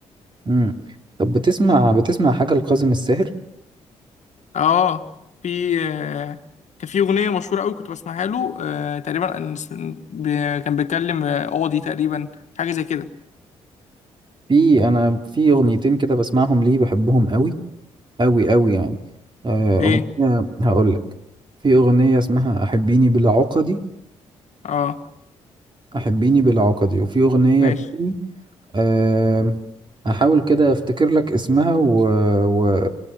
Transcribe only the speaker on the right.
امم طب بتسمع بتسمع حاجة لكاظم الساهر
في انا في اغنيتين كده بسمعهم ليه بحبهم قوي قوي قوي يعني آه، اغنية
هقول لك في اغنية اسمها احبيني بلا عقدي
احبيني بلا عقدي وفي اغنية
تاني أه هحاول كده افتكر لك اسمها و... و...